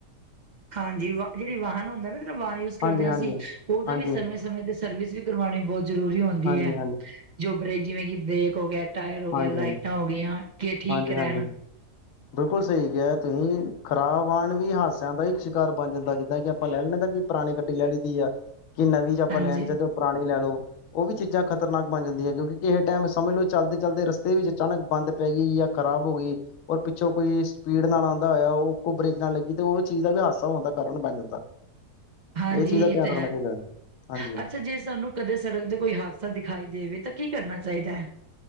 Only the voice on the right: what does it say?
ਹਾਂਜੀ ਵਾਹ ਜਿਹੜੀ ਵਾਹਨ ਹੁੰਦਾ ਨਾ ਵ ਯੂਜ ਕਰਦੇ
ਹਾਂ
ਅਸੀਂ ਓਹਦਾ
ਵੀ ਸਮੇਂ ਸਮੇਂ ਤੇ ਸਰਵਿਸ ਵੀ ਕਰਵਾਉਣੀ ਬਹੁਤ ਜ਼ਰੂਰੀ ਹੁੰਦੀ
ਹੈ।
ਜੋ ਬਰੇਕ ਜਿਵੇਂ ਕਿ ਬਰੇਕ ਹੋ ਗਿਆ। ਟਾਇਰ ਹੋ
ਗਿਆ ਲਾਈਟਾਂ ਹੋਗਈਆਂ ਕਿ ਠੀਕ
ਰਹਿਣ।
ਹਾਂਜੀ,
ਹਾਂਜੀ
ਇਹ
ਤੇ
ਹੈ।
ਅੱਛਾ ਜੇ ਸਾਨੂੰ ਕਦੇ ਸੜਕ ਦਾ ਕੋਈ ਹਾਦਸਾ ਦਿਖਾਈ ਦੇਵੇ ਤਾਂ ਕੀ ਕਰਨਾ ਚਾਹੀਦਾ ਹੈ?